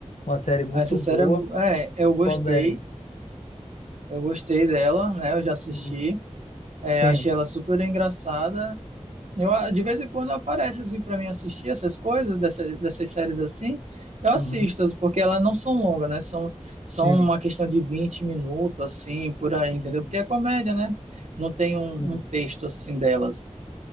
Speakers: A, on the left (about 75°); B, on the right (about 70°).
A: uma série muito
B: Essa
A: boa
B: série, é, bo- é, eu
A: de
B: gostei.
A: comédia.
B: Eu gostei dela, né? Eu já assisti.
A: Uhum.
B: É,
A: Sim,
B: achei ela super engraçada Eu, ah, de vez em quando aparece assim para mim assistir essas coisas, dessa, dessas séries assim. Eu assisto,
A: uhum.
B: porque elas não são longas, né? São, são
A: Sim,
B: uma questão de 20 minutos, assim, por aí, entendeu?
A: uhum.
B: Porque é comédia, né? Não tem um,
A: Sim,
B: um texto assim delas,